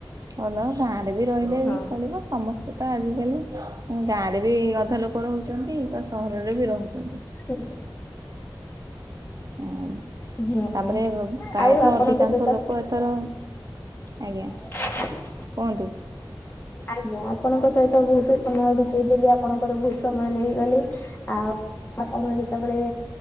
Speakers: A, on the right; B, on the left.
A: ଭଲ ଗାଁରେ ବି ରହିଲେ
B: ହଁ
A: ଚଳିବ। ସମସ୍ତେ ତ ଆଜିକାଲି। ଗାଁରେ ବି ଅଧେ ଲୋକ ରହୁଚନ୍ତି ତ ସହରରେ ବି ରହୁଚନ୍ତି।
B: ହୁଁ
A: ଆଉ
B: ହୁଁ
A: ତାପରେ ପ୍ରାୟତଃ
B: ଆଉ ଆପଣଙ୍କ
A: ଅଧିକାଂଶ
B: ସହିତ
A: ଲୋକ ଏଥର ଆଜ୍ଞା।
B: <unintelligible>
A: କୁହନ୍ତୁ?
B: ଆଜ୍ଞା ଆପଣଙ୍କ ସହିତ ବହୁତ ସମୟ ବିତେଇ ଦେଲୁ ଆପଣଙ୍କର ବହୁତ ସମୟ ନେଇଗଲେ। ଆଉ ଆପଣ ଯେତେବେଳେ